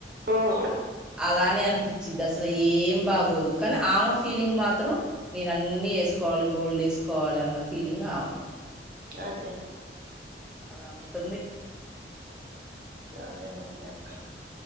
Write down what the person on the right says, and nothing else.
ఉమ్
అదేలే
అదే అదే అక్క